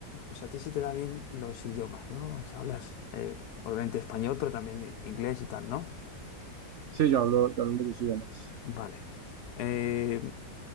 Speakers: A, on the left (about 65°); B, on the right (about 60°).
A: o sea, a ti sí te da bien los idiomas, ¿no? O sea, hablas eh, obviamente español, pero también eh, inglés y tal, ¿no?
B: sí, yo hablo, yo hablo los dos idiomas.
A: Vale. Eh,